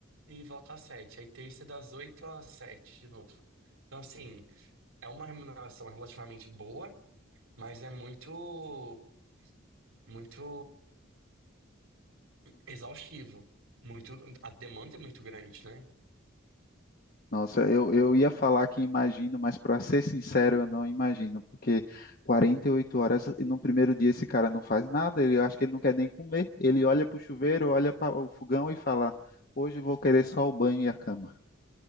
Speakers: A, on the right (about 80°); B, on the left (about 45°).
A: e volta às sete. Aí terça das oito às sete de novo. Então, assim, é uma remuneração relativamente boa, Mas é muito, muito exaustivo. Muito, a demanda é muito grande, né?
B: Nossa, eu, eu ia falar que imagino, mas para ser sincero, eu não imagino, porque 48 horas e no primeiro dia esse cara não faz nada, ele eu acho que ele não quer nem comer. Ele olha para o chuveiro, olha para o fogão e fala: Hoje vou querer só o banho e a cama.